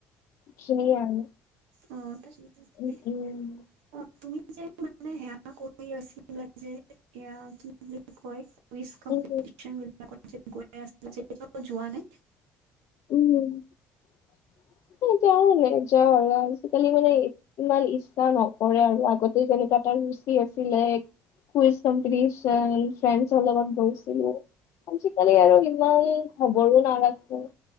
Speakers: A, on the left; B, on the right.
A: খিনি আৰু
B: অ তাকে তাকে
A: উম, উম,
B: অ তুমি যে মানে সেয়া কৈ আছিল যে এয়া কি বুলি কয় কুইজ কম্পিটিচন
A: উম, উম,
B: আগত যে গৈ আছিলা এতিয়াও যোৱা নে
A: উম সেই আৰু নেযাওঁ আৰু আজকালি মানে ইমান ইচ্ছা নকৰে আৰু আগতে যেনেকা এটা ৰুচি আছিলে কুইজ কম্পিটিচন ফ্ৰেণ্ডছৰ লগত গৈছিলো আজিকালি আৰু ইমান খবৰো নাৰাখো